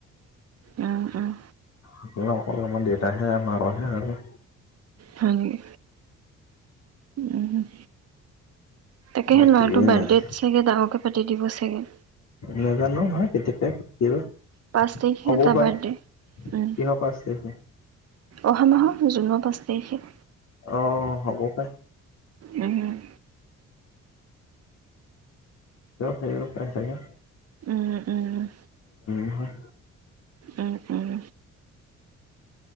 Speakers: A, on the right (about 55°); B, on the left (about 60°).
A: উম, উম।
B: অকল অকল আমাৰ দেউতাহে মাৰহে জানে।
A: হয় নেকি? উম। তাকে
B: বাকী
A: সি ল'ৰাটো বাৰডেট
B: নাজানো
A: চাগে ডাঙৰ কৈ চুটি দিব চাগে।
B: নাজানো নহয় <unintelligible>
A: পাঁচ তাৰিখে
B: হ'ব
A: তাৰ
B: পাই
A: বাৰ্থডে উম,
B: কিহৰ পাৰ্চেল আহিছে।
A: অহা মাহৰ জুনৰ পাঁচ তাৰিখে
B: অ', হ'ব পাৰে।
A: উম, উম।
B: সেই পাইছাগে
A: উম, উম।
B: নহয়।
A: উম, উম।